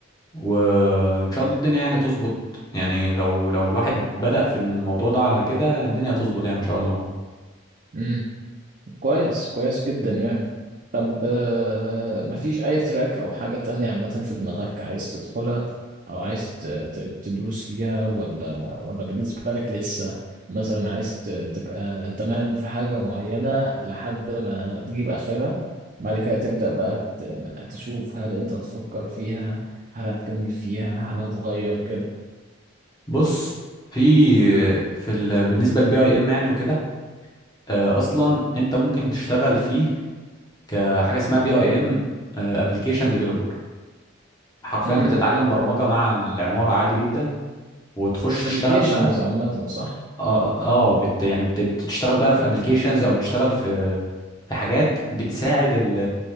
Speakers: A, on the left; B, on the right.
A: وان شاء الله الدنيا يعني تظبط يعني لو لو الواحد بدأ في الموضوع ده على كده الدنيا هتظبط يعني ان شاء الله
B: امم كويس كويس جدا يعني طب آه، مفيش أي تراك أو حاجة تانية عامة في دماغك عايز تدخلها أو عايز ت- ت- تدوس فيها ولا ولا بالنسبة لك لسه مثلا عايز ت- تبقى تمام في حاجة معينة لحد ما تجيب آخرها بعد كده تبدأ بقى ت- تشوف هل أنت هتفكر فيها هل هتكمل فيها هل هتغير كده
A: بص في في ال... بالنسبه للبي اي ام يعني وكده آه، اصلا انت ممكن تشتغل فيه كحاجه اسمها بي اي ام ابلكيشن ديفلوبر حرفيا
B: امم
A: بتتعلم برمجه مع العماره عادي جدا وتخش تشتغل
B: ابلكيشنز
A: بقى
B: عامة صح؟
A: اه اه بت... يعني بت... بتشتغل بقى في ابلكيشنز او تشتغل في في حاجات بتساعد ال...